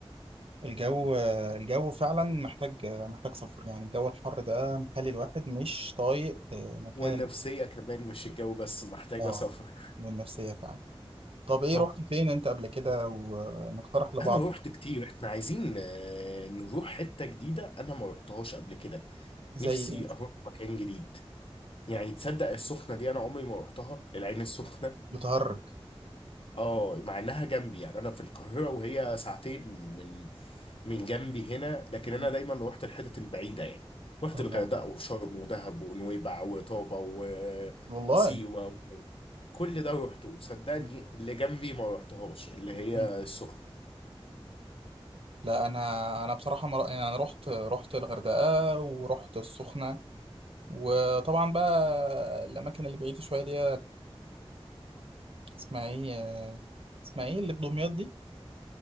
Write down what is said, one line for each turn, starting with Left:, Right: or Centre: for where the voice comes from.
Right: الجو الجو فعلا محتاج محتاج سفر يعني الجو الحر ده مخلي الواحد مش طايق آه، مكان
Left: والنفسية
Right: ال-
Left: كمان مش الجو بس محتاجة
Right: اه
Left: سفر <laughs>
Right: والنفسية فعلا طب ايه
Left: طب
Right: رحت فين انت قبل كده ونقترح لبعض
Left: انا رحت كتير احنا عايزين آه، نروح حتة جديدة انا ما رحتهاش قبل كده
Right: زي
Left: نفسي
Right: ايه
Left: اروح مكان جديد يعني تصدق السخنة دي انا عمري ما رحتها العين السخنة
Right: بتهرج
Left: اه مع انها جنبي يعني انا في القاهره وهي ساعتين من من من جنبي هنا لكن انا
Right: م.
Left: دايما روحت الحتت البعيده يعني رحت
Right: اه
Left: الغردقه وشرم ودهب ونويبع وطابه وسيوه
Right: والله
Left: و- كل ده روحته صدقني
Right: م.
Left: اللي جنبي ما روحتهاش اللي هي
Right: م.
Left: السخنه
Right: لا انا انا بصراحه مر... يعني انا رحت رحت الغردقه ورحت السخنه وطبعا بقى الاماكن اللي بعيده شويه دي اسمها ايه آه، اسمها ايه اللي في دمياط دي